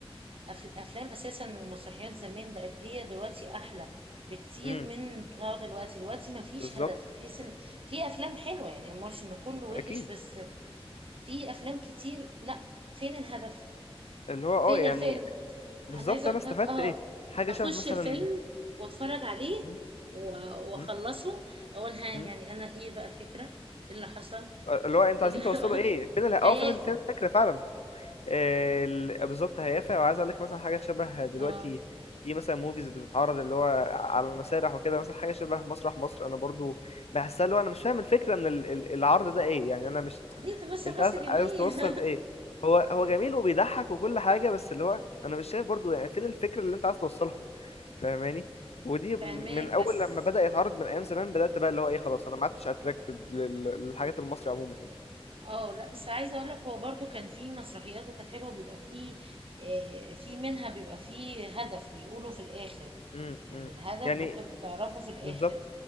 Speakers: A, on the right; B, on the left.
A: أف... افلام اساسا والمسرحيات زمان بقت هي دلوقتي احلى بكتير
B: امم
A: من بتاع دلوقتي دلوقتي ما فيش
B: بالظبط
A: هدف تحس ان في افلام حلوة يعني مش ان كله وحش
B: اكيد
A: بس في افلام كتير لا فين الهدف
B: اللي هو
A: فين
B: اه يعني
A: الفيلم
B: بالظبط
A: انا عايزه
B: انا
A: اقول
B: استفدت
A: لك اه
B: ايه حاجه
A: بخش
B: شبه مثلا
A: الفيلم واتفرج عليه
B: م-
A: و- واخلصه
B: م-
A: اقول ها
B: م-
A: يعني انا ايه بقى الفكره ايه اللي حصل
B: اللي هو انتوا
A: ايه
B: عايزين
A: اللي
B: توصلوا ايه
A: <laughs>
B: فين ال- اه
A: هيافه
B: فين ال- فين الفكره فعلا آه، ال- بالظبط هيافع وعايز اقول لك مثلا حاجه شبه دلوقتي
A: اه
B: في مثلا موفيز بتتعرض اللي هو على المسارح وكده مثلا حاجه شبه مسرح مصر انا برضو بحسها اللي هو انا مش فاهم الفكره من ال- ال- العرض ده ايه يعني انا مش
A: دي تبص
B: انت
A: بس
B: عايز
A: جميل
B: عايز توصل ايه هو هو جميل وبيضحك وكل حاجه بس اللي هو انا مش شايف برضو يعني فين الفكره اللي انت عايز توصلها فاهماني ودي من
A: <laughs> فاهماك
B: اول
A: بس
B: لما بدأ يتعرض من ايام زمان بدأت بقى اللي هو ايه خلاص انا ما عدتش اتراكتد للحاجات المصري عموما يعني
A: اه لا بس عايزه اقول لك هو برضو كان في مسرحيات وكانت حلوه بيبقى فيه آه، في منها بيبقى فيه هدف بيقولوا في الاخر
B: امم
A: يعني الهدف
B: يعني
A: بكون بتعرفه في الاخر
B: بالظبط